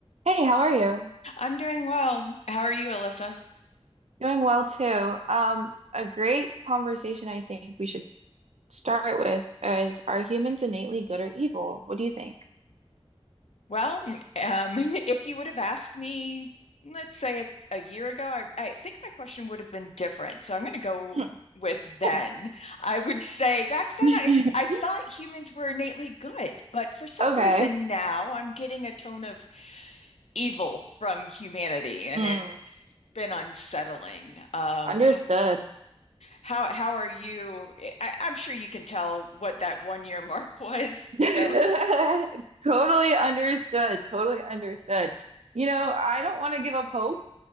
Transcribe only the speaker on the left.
I'm doing well. How are you, Alyssa?
Well, um, <laughs> if you would have asked me, let's say a, a year ago, I, I think my question would have been different. So I'm going to go
with then.
I would say back then
I, I thought humans were innately good, but for some
reason now I'm getting a tone of evil from humanity, and
it's been unsettling. Um,
h- how how are you? I, I'm sure you can tell what that one year <laughs> mark was.
So.